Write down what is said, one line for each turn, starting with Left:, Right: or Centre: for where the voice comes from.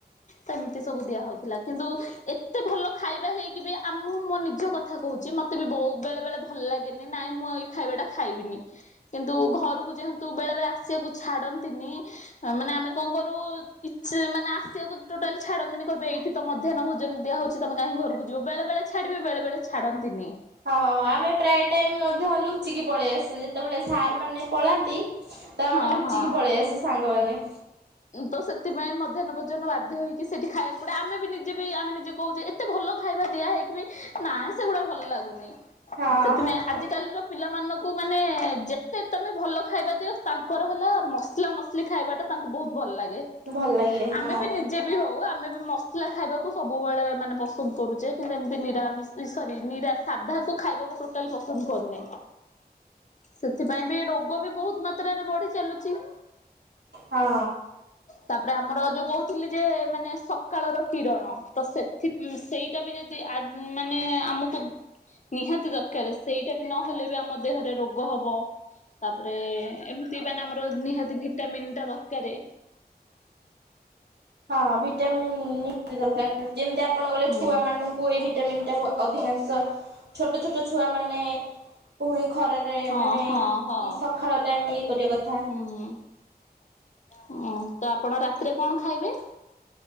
Left: ସେମିତି ସବୁ ଦିଆ ହଉଥିଲା କିନ୍ତୁ ଏତେ ଭଲ ଖାଇବା ହେଇକି ବି ଆମ ମୁଁ ମୋ ନିଜ କଥା ଥା କହୁଚି ମତେ ବି ବଉ ବେଳେ ବେଳେ ଭଲ ଲାଗେନି ନାଇଁ ମୁଁ ଏଇ ଖାଇବା ଟା ଖାଇବିନି। କିନ୍ତୁ ଘରକୁ ଯେହେତୁ ବେଳେ ବେଳେ ଆସିବାକୁ ଛାଡନ୍ତିନି ଆ ମାନେ ଆମେ କଣ କରୁ କିଛି ମାନେ ଆସିବାକୁ ଟୋଟାଲି ଛାଡନ୍ତିନି। କହବେ ଏଇଟି ତ ମଧ୍ୟାନ୍ନ ଭୋଜନ ଦିଆ ହଉଛି ତମେ କାହିଁ ଘରକୁ ଯିବ? ବେଳେ ବେଳେ ଛାଡିବେ ବେଳେବେଳେ ଛାଡ଼ନ୍ତିନି।
Right: ହଁ ଆମେ ପ୍ରାୟ ଟାଇମ ମଧ୍ୟ ଲୁଚିକି ପଳେଇ ଆସୁ। ଯେତେବେଳେ ସାର୍ ମାନେ ପଳାନ୍ତି ତ ଆମେ
Left: ହଁ
Right: ଲୁଚିକି
Left: ହଁ
Right: ପଳେଇ ଆସୁ ସାଙ୍ଗମାନେ।
Left: ତ ସେଥିପାଇଁ ମଧ୍ୟାହ୍ନ ଭୋଜନ ବାଧ୍ୟ ହେଇକି ସେଠି ଖାଇବାକୁ ପଡେ। ଆମେ ବି ନିଜେ ବି ଆମେ ନିଜେ କହୁଚେ ତେ ଭଲ ଖାଇବା ଦିଆ ହେଇକି ବି ନାଇ ସେଗୁଡା ଭଲ ଲାଗୁନି।
Right: ହଁ
Left: ସେଥିପାଇଁ ଆଜିକାଲିର ପିଲାମାନଙ୍କୁ ମାନେ ଯେତେ ତମେ ଭଲ ଖାଇବା ଦିଅ ତାଙ୍କର ହେଲା ମସ୍ ସଲା ମସଲି ଖାଇବାଟା ତାଙ୍କୁ ବହୁତ ଭଲ ଲାଗେ।
Right: ଭଲ ଲାଗେ ହଁ
Left: ଆମେ ବି ନିଜେ ବି ହଉ ଆମେ ବି ମ ସଲା ଖାଇବାକୁ ସବୁବେଳେ ମାନେ ପସନ୍ଦ କରୁଚେ କିନ୍ତୁ ଏମିତି ନିରାମିଷ ସରି ନିରା ସାଧା କୁ ଖାଇବାକୁ ଟୋଟାଲ ପସନ୍ଦ କରୁନି। ସେଥିପାଇଁ ବି ରୋଗ ବି ବହୁତ ମାତ୍ରାରେ ବଢି ଚାଲୁଚି।
Right: ହଁ।
Left: ତାପରେ ଆମର ଯୋଉ କହୁଥିଲି ଯେ ମାନେ ସକାଳର କିରଣ ତ ସେଥି ଉଁ ସେଇଟା ବି ଯଦି ଆ ମାନେ ଆମକୁ ନିହାତି ଦରକାର। ସେଇଟା ବି ନହେଲେ ବି ଆମ ଦେହରେ ରୋଗ ହବ। ତାପରେ ଏମିତି ମାନେ ଆମର ନିହାତି ଭିଟାମିନ୍ ଟା ଦ ରକାରେ।
Right: ହଁ ଭିଟାମିନ୍ ନିହାତି ଦରକାର ଯେମିତି ଆପଣଙ୍କର
Left: ହୁଁ
Right: ଛୁଆ ମାନଙ୍କୁ କୁ ଏଇ ଭିଟାମିନ୍ଟା ଅଧିକାଂଶ। ଛୋଟ ଛୋଟ ଛୁଆମାନେ କୁଇ ଖରା ରେ
Left: ହଁ
Right: ମାନେ
Left: ହଁ ହଁ।
Right: ଇ ସକାଳ ଟାଇମ ଇଏ କରିବା କଥା।
Left: ହୁଁ ହଁ ତ ଆପଣ ରାତିରେ କଣ ଖାଇବେ?